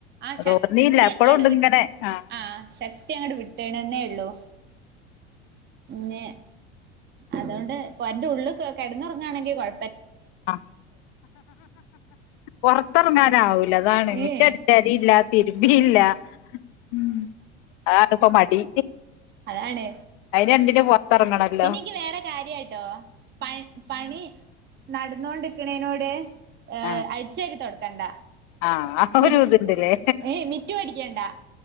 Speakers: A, on the right (about 35°); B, on the left (about 60°).
A: ആ ശക്തി
B: തോർന്നീല്ല ഇപ്പളുണ്ട്
A: അടുവി
B: ഇങ്ങനെ ആഹ്
A: ആ ശക്തി അങ്ങട്ട വിട്ടേണെന്നേ ഉള്ളൂ ന്ന അതുകൊണ്ട് ഇപ്പൊ അവന്റെ ഉള്ളള് കിടന്നുറങ്ങാണെങ്കി കുഴ
B: ആ പുറത്തിറങ്ങാനാവൂല അതാണ് മുറ്റ
A: ഏഹ്
B: അടിച്ചാരി ഇല്ല തിരുമ്പിയില്ല ഉം ആ അതിനാപ്പൊ മടി
A: അതാണ്
B: അയിന് രണ്ടിനും പൊറത്തെറങ്ങണല്ലോ
A: പിന്നെ എക്ക് വേറെ കാര്യായിട്ടോ പ പണി നടന്നോണ്ടിരിക്കണേനോട് ഏ
B: ആഹ്
A: അഴിച്ചവാരി തുടുക്കണ്ട
B: ആഹ് ആ
A: മ
B: ഒരു ഇത്ണ്ട്ല്ലേ
A: ഏ മിറ്റടിക്കണ്ടാ